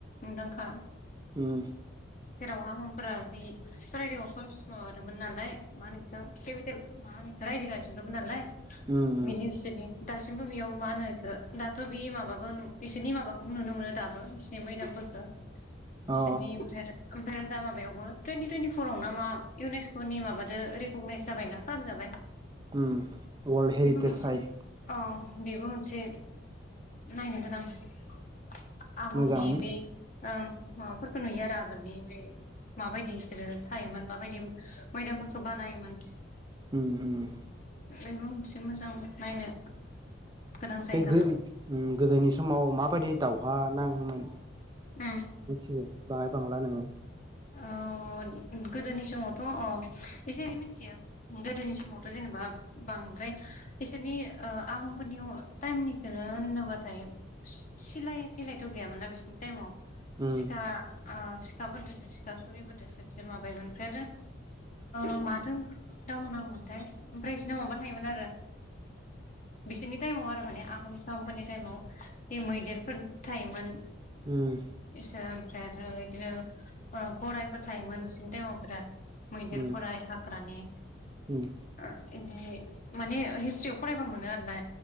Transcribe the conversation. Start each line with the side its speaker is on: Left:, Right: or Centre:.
Left: मुंदांखा
Right: उम
Left: जेराव आहमफोरा बि सरायदेवा कर्स माबादोंमोन नालाय मा होनो बेखौ केपिटेल मा होनो रायजो गायसनदोंमोन नालाय
Right: उम उम
Left: बिनि बिसोरनि दासिमबो बेयाव मा होनोखो दाथ' बे माबाबो इसोरनि माबाखौबो नुनो मोनो दाबो बिसिनि मैदामफोर। फोरखौ बिसोरनि
Right: अ
Left: ओमफ्राय आरो ओमफ्रायो थुनति थुनतिपराव ना मा इउनेस्क' नि माबादो रेकगनाइस जाबायना खालामजाबाय
Right: उम वर्ल्ड हेरिटेज
Left: बेबो मोनसे
Right: साइट
Left: औ बेबो मोनसे नायनो गोनां आहमनि
Right: मोजाङानो
Left: बे ओं माबाफोरखौ नुयो आरो आगोलनि बे माबादि बिसोरो थायोमोन माबादि मैदामफोरखौ बानायोमोन
Right: उम उम
Left: बयबो मोनसे मोजां नायनो गोनां जायगा
Right: बे गो उम गोदोनि समाव माबादि दावहा नाङोमोन?
Left: उम
Right: मिथिगौ बाहाय बांला नोङो <unintelligible>
Left: अ गोदोनि समावथ' अ एसे एनै मिथियो गोदोनि समावथ' जेनेबा मा बांद्राय बिसोरनि ओ आहामफोरनि टाइमनिखौनो होननोबाथाय सिलाय बिलायथ' गैयामोनना बिसोरनि टाइमाव
Right: उम
Left: सिखा ओ सिखाफोरदोसो दाबा सुरिफोरजोंसो माबायोमोन ओमफ्राय आरो ओ माजों दावहा नांङोमोनथाय ओमफ्राय इसनाव माबा थायोमोन आरो बिसोरनि टाइमाव आरो माने आहम-साहम फोरनि टाइमाव बे मैदेरफोर थायोमोन।
Right: उम
Left: सो ओमफ्राय आरो इदिनो गरायफोर थायोमोन बिसिोरनि टाइमाव बिराद। मैदेर
Right: उम
Left: गराय हाग्रानि
Right: उम
Left: ओ इदि माने हिस्ट्रियाव फरायबा मोनो आरोना